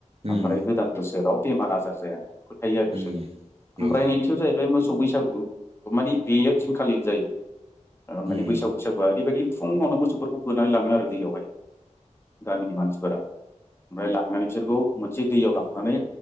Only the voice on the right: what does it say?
उम
उम
औ
उम